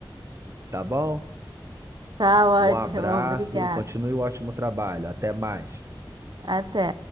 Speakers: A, on the right; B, on the right.
A: Tá bom?
B: Tá ótimo.
A: Um abraço,
B: Obrigada.
A: continue o ótimo trabalho. Até mais.
B: Até.